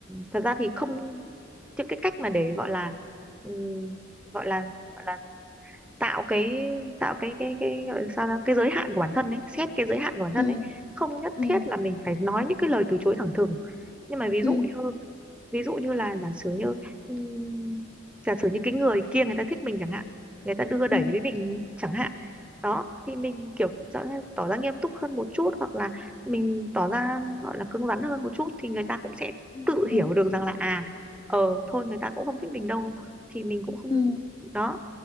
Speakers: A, in the centre; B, on the left (about 20°).
A: thật ra thì không những cái cách mà để gọi là ừm, gọi là gọi là tạo cái tạo cái cái cái gọi là sao ra cái giới hạn của bản thân ấy xét cái giới hạn của bản
B: ừ
A: thân ấy không nhất
B: ừ
A: thiết là mình phải nói những cái lời từ chối thẳng thừng nhưng mà ví
B: ừ
A: dụ như ví dụ như là giả sử như ừm, giả sử như cái người kia người ta thích mình chẳng hạn người ta đưa đẩy
B: ừ
A: với mình chẳng hạn đó thì mình kiểu rõ ràng tỏ ra nghiêm túc hơn một chút hoặc là mình tỏ ra gọi là cứng rắn hơn một chút thì người ta cũng sẽ
B: ừ
A: tự
B: ừ
A: hiểu được rằng là à ờ thôi người ta cũng không thích mình đâu thì mình cũng không
B: ừ
A: đó